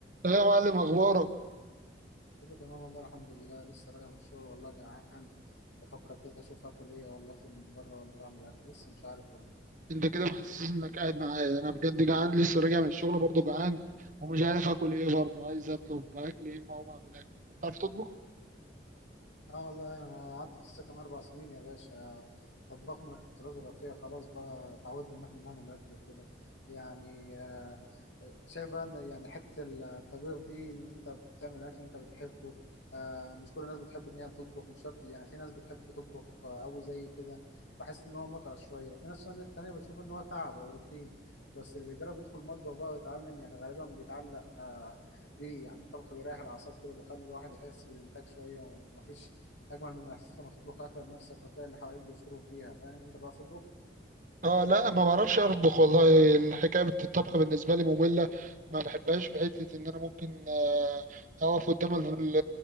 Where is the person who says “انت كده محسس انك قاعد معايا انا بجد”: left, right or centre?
Right